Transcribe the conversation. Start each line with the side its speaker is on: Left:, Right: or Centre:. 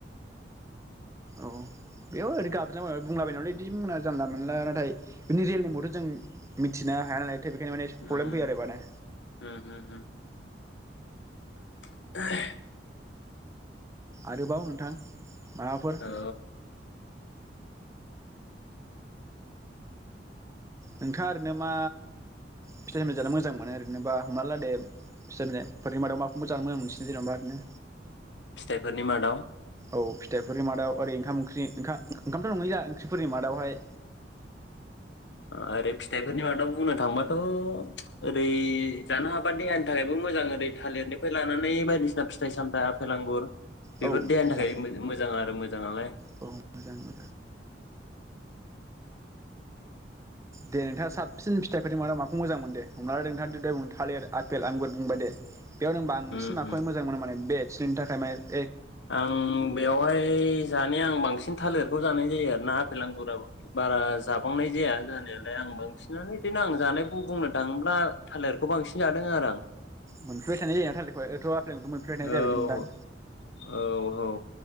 Right: औ बेयाव ओरै गाबज्रिला बुंलाबायनलै बिदि मना जानला मोनला नाथाय बिनि रियेल नेमखौथ‌ जों मिथिनो हाया नालाय। थिग बेखायनो इसे माने
Left: उम
Right: प्रब्लेम फैयो आरो माने।
Left: उम उम उम <unintelligible>
Right: आरोबाव नोंथां। माबाफोर
Left: औ
Right: नोंथाङा ओरैनो मा फिथाइ मजानो मोजां मोनो ओरैनोबा हमना ला दे फिथाइ बनि मादायाव माखौ मोजां मोनो मोनसनि जेनेब ओरैनो।
Left: फिथाइफोरनि मादाव
Right: औ फिथाइफोरनि मादाव ओरै ओंखाम ओंख्रि ओंखा-ओंखामथ नङैला ओंख्रिफोरनि मादावहाय
Left: आरो फिथाइफोरनि मादाव बुंनो थांबाथ ओरै जानो हाबा देहानि थाखायबो मोजां ओरै थालिरनिफ्राय लानानै बायदिसिना फिथाइ सामथाइ आफेल आांगुर।
Right: औ
Left: बेफोर देहानि
Right: मोजां
Left: थाखाय मोजां आरो मोजाङालाय।
Right: औ मोजां मोजां दे नोंथा साबसिन फिथाइफोरनि मादाव माखौ मोजां मोनोदे? हमना ला नोंथांङा दि दहाय थालेर आपेल आंगुर बुंबाय दे बेयाव नों बांसिन
Left: उम
Right: माखौहाय मोजां मोनो माने बेट। सिनिनो थाखाय मायो
Left: आं बेवहाय जानाया आं बांसिन थालेरखौ जानाय जायो आरो ना आफेल आंगुरा बारा जाबांनाय जाया जानायालाय आं बांसिनानो बिदिनो आं जानायखौ बुंनो थाङोब्ला थालिरखौ बांसिन जादों आरो आं।
Right: मोनफैबाय थानाय जायोना थालिरखौहाय एथ <unintelligible> मोनफेरनाय जायाबायदि
Left: औ
Right: मोनदां।
Left: औ औ